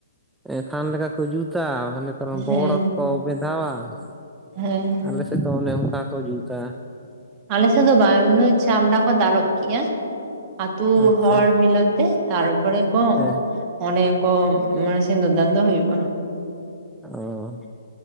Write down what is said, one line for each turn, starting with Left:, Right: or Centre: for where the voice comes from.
Centre: ᱮ ᱛᱷᱟᱱ ᱞᱮᱠᱟ ᱠᱚ ᱡᱩᱛᱟ ᱦᱟᱱᱮ ᱛᱚᱨᱟ
Right: ᱦᱮᱸ
Centre: ᱵᱚᱲ ᱟᱠᱚ ᱵᱷᱮᱫᱷᱟᱣᱟ ᱾
Right: ᱦᱮᱸ
Centre: ᱟᱞᱮ ᱥᱮᱫ ᱫᱚ ᱚᱱᱮ ᱚᱱᱠᱟ ᱠᱚ ᱡᱩᱛᱟ᱾
Right: ᱟᱞᱮᱥᱮᱜ ᱫᱚ ᱵᱟᱝ ᱱᱩᱭ ᱪᱷᱟᱢᱰᱟ ᱠᱚ ᱫᱟᱞᱚᱵ ᱠᱮᱜᱼᱟ, ᱟᱛᱳ
Centre: ᱟᱪᱪᱷᱟ
Right: ᱦᱚᱲ ᱢᱤᱞᱟᱹᱛᱮ ᱛᱟᱨᱯᱚᱨᱮ ᱠᱚ
Centre: ᱦᱮᱸ
Right: ᱚᱰᱮ ᱠᱚ ᱢᱟᱱᱮ ᱥᱤᱫᱩᱨ ᱫᱟᱱ ᱫᱚ ᱦᱩᱭᱩᱜᱼᱟ᱾
Centre: ᱚᱻ